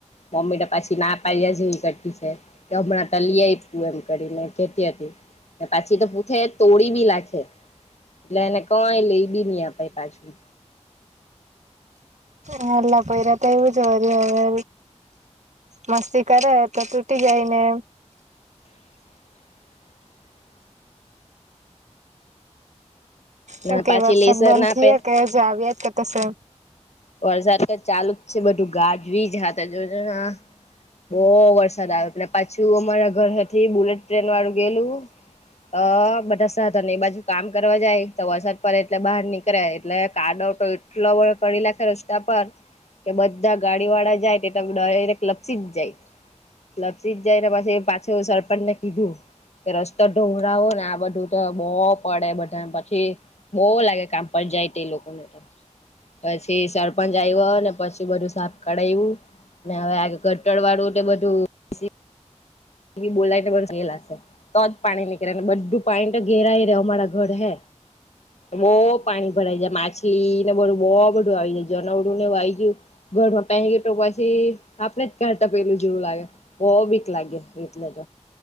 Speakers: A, on the left; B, on the right.
A: મમ્મી ત પાછી ના પાડ્યા જેવી કરટી છે. હમણાં તલી આયપુ એમ કરીને કેતી હતી. ના પછી તો પૂથે તોડી બી લાખે એટલે એને કય લેબી ન આપાય પાછું.
B: નાલા પોઈરા ત એવું જ વરી અવે મસ્તી કરે તો તૂટી જાય ને
A: <inaudible> ને
B: હુ કે
A: પાછી
B: વરસાદ
A: લેસન
B: બંધ થયા
A: આપે
B: કે હજુ આવ્યા જ કરત સે
A: વરસાદ તો ચાલુ જ છે બધું ગાજ વીજ હાતા જોજો હા બો વરસાદ આવે પાછું અમારા ઘરથી બુલેટ ટ્રેન વાળું ગેલું અ બધા સાધન એ બાજુ કામ કરવા જાય તો વરસાદ પડે એટલે બહાર નીકળે એટલે કાડ <inaudible> રસ્તા પર કે બધા ગાડી વાળા જાય ત ડાયરેકટ લપસી જ જાય. લપસી જાયને પછી પાછુ સરપંચ ને કીધું કે રસ્તો ઢુંગળો ને આ બધું તો બો પડે બધાને પછી બો લાગે કામ પર જાય તે લોકોને તો પછી સરપંચ આવ્યોને પછી બધું સાપ કરાયું હવે આ ગટર વાળું તે બધું બોલાયને ગેલાશે તો જ પાણી નીકળે બધું પાણી તો ઘેરાય રેય અમારા ઘર હે બો પાણી ભરાઈ જાય માછલીને બધું બહ બધું આવી જાય જનાવડું ને એવું આવી ગયુ ઘરમાં પેહે ગયુ તો પછી આપણે જ કાઢતા પેલું જેવું લાગે બઘ બીક લાગે એટલે ત